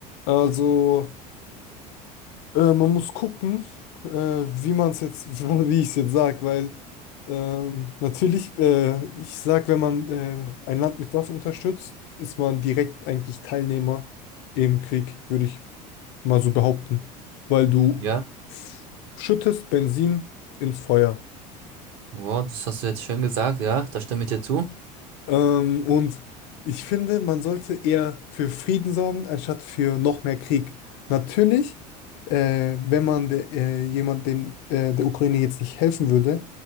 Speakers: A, on the left; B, on the right.
A: Also Äh, man muss gucken, äh, wie man es jetzt, <laughs> wie ich es jetzt sage, weil ähm, natürlich, äh, ich sage, wenn man äh, ein Land mit Waffen unterstützt, ist man direkt eigentlich Teilnehmer im Krieg, würde ich mal so behaupten, weil du
B: Ja,
A: f- schüttest Benzin ins Feuer.
B: wow, das hast du jetzt schön gesagt, ja, da stimme ich dir zu.
A: Ähm, und ich finde, man sollte eher für Frieden sorgen, anstatt für noch mehr Krieg. Natürlich, äh, wenn man de, äh, jemand dem, äh, der Ukraine jetzt nicht helfen würde